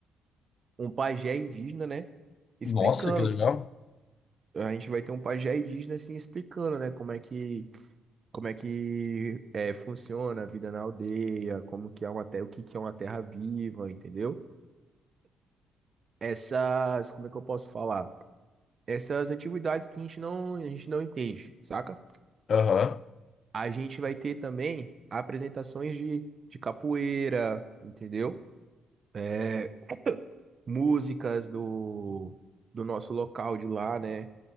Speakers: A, on the right; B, on the left.
A: um pajé indígena, né? Explicando.
B: Nossa, que legal.
A: A gente vai ter um pajé indígena assim explicando, né? Como é que, como é que é, funciona a vida na aldeia, como que é uma terra, o que que é uma terra viva, entendeu? Essas, como é que eu posso falar? Essas antiguidades que a gente não, a gente não entende, saca?
B: Aham,
A: A gente vai ter também apresentações de, de capoeira, entendeu? É, músicas do, do nosso local de lá, né?